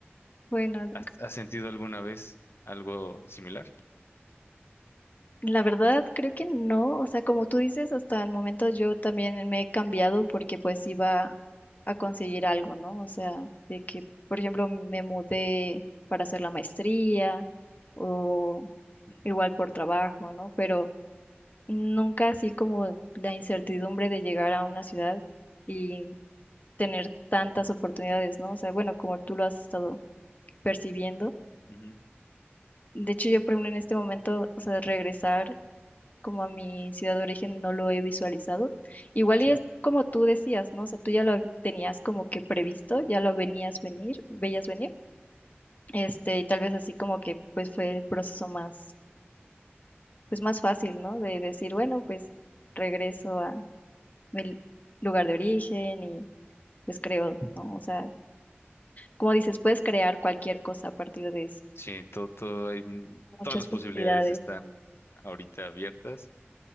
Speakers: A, on the left (about 40°); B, on the left (about 65°).
A: Bueno,
B: ¿Has, has sentido alguna vez algo similar?
A: La verdad, creo que no. O sea, como tú dices, hasta el momento yo también me he cambiado porque pues iba a conseguir algo, ¿no? O sea, de que, por ejemplo, me mudé para hacer la maestría o
B: Ujú,
A: igual por trabajo, ¿no? Pero nunca así como la incertidumbre de llegar a una ciudad y tener tantas oportunidades, ¿no? O sea, bueno, como tú lo has estado percibiendo.
B: ujú,
A: De hecho, yo, por ejemplo, en este momento, o sea, regresar. como a mi ciudad de origen no lo he visualizado. Igual
B: Sí,
A: y es como tú decías, ¿no? O sea, tú ya lo tenías como que previsto, ya lo venías venir, veías venir, este, y tal vez así como que pues fue el proceso más, pues más fácil, ¿no? De decir, bueno, pues regreso a mi lugar de origen y pues creo, ¿no? O sea, como dices, puedes crear cualquier cosa a partir de eso,
B: sí, todo, todo hay, mm,
A: muchas
B: todas las
A: posibilidades.
B: posibilidades están ahorita abiertas